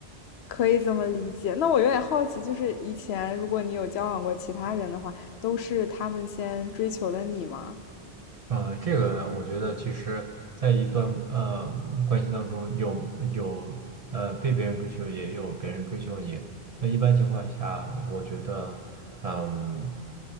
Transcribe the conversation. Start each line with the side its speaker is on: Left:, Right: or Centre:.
Left: 可以这么理解。那我有点好奇，就是以前如果你有交往过其他人的话，都是他们先追求的你吗？
Right: 呃，这个我觉得其实，在一段呃关系当中有，有呃被别人追求，也有别人追求你。那一般情况下，我觉得，嗯，